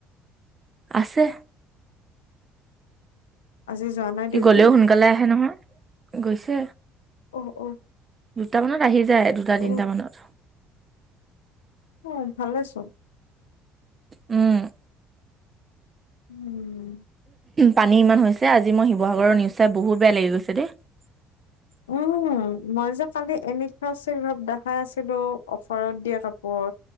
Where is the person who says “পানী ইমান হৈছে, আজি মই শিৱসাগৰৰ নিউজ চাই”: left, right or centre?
Right